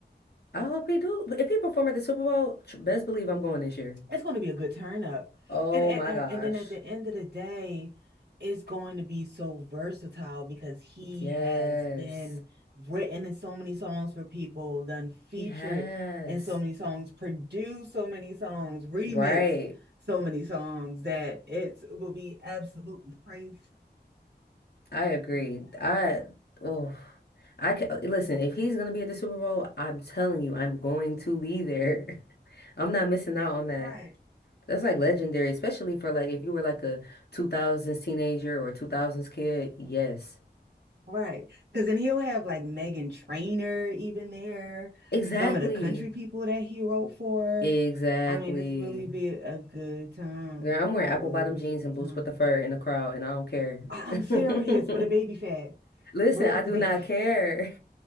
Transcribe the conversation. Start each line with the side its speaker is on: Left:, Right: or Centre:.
Left: I hope he do. If he perform at the Super Bowl, tr- best believe I'm going this year.
Right: It's going to be a good turn up.
Left: Oh
Right: And and
Left: my gosh.
Right: and then at the end of the day, it's going to be so versatile because he
Left: Yes.
Right: has been written in so many songs for people, done featured
Left: He has.
Right: in so many songs, produced so many songs, remixed
Left: Right.
Right: so many songs that it's, it will be absolutely crazy.
Left: I agree.
Right: It'll be absolutely
Left: I oh I ca listen, if he's gonna be at the Super Bowl, I'm telling you, I'm going to be there. <laughs> I'm not missing out on that.
Right: right.
Left: That's like legendary, especially for like if you were like a 2000s teenager or 2000s kid. Yes.
Right: Right. Because then he'll have like Megan Trainor even there,
Left: Exactly.
Right: some of the country people that he wrote for.
Left: Exactly.
Right: I mean, it's really be a good time.
Left: Girl, I'm wearing
Right: It really
Left: apple bottom
Right: will be
Left: jeans
Right: a good
Left: and boots
Right: time.
Left: with the fur in the crowd and I don't care.
Right: I'm
Left: <laughs>
Right: serious, but a baby fat.
Left: Listen,
Right: Where
Left: I
Right: is
Left: do
Right: the baby
Left: not care.